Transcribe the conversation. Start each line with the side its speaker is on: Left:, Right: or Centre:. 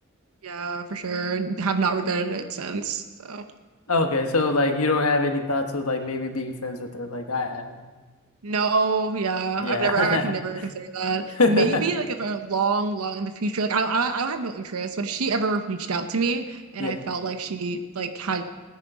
Right: Yeah, for sure. Have not regretted it since. So
Left: Okay, so like you don't have any thoughts of like maybe being friends with her like I have.
Right: No, yeah,
Left: Yeah.
Right: I've never, I've actually never considered that.
Left: <laughs>
Right: Maybe like if I'm long, long in the future, like I, I, I have no interest. But if she ever reached out to me and
Left: Yeah.
Right: I felt like she like had